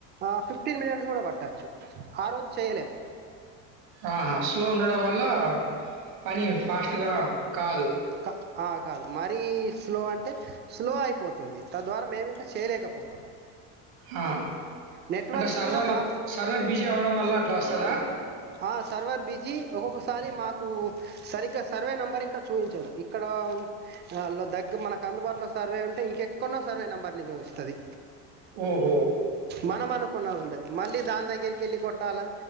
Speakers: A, on the right; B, on the right.
A: ఆ ఫిఫ్టీన్ మినిట్స్ కూడ పట్టచ్చు ఆరోజు చేయలేము
B: ఆహా! స్లో ఉండడం వల్ల పని ఫాస్ట్గా కాదు
A: కా ఆ కాదు మరీ స్లో అంటే స్లో అయిపోతుంది తద్వారా మేము ఇంకా చేయలేకపోతాం
B: ఆ
A: నెట్వర్క్
B: అంటే సర్వర్
A: గిన బా
B: సర్వర్ బిజీ అవ్వడం వల్ల అట్ల వస్తదా
A: ఆ సర్వర్ బీజీ ఒక్కొక్కసారి మాకూ సరిగ్గా సర్వే నెంబర్ ఇంకా చూయించదు ఇక్కడ ఆ ఆళ దగ్గ మనకు అందుబాటులో సర్వే ఉంటే ఇంకెక్కున్న సర్వే నెంబర్ని చూయిస్తది
B: ఓహో!
A: మనం అనుకున్న ఉండది మళ్ళీ దాని దగ్గరికి ఎళ్ళి కొట్టాలా